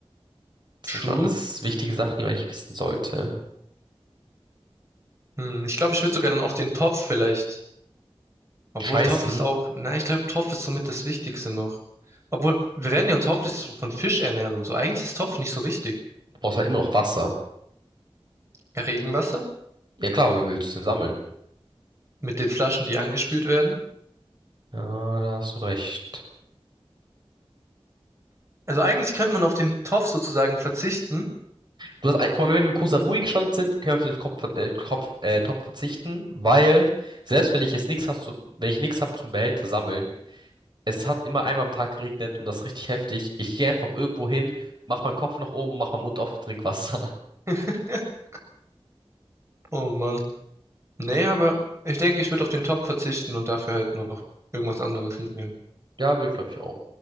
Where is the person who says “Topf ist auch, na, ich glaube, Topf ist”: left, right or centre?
Right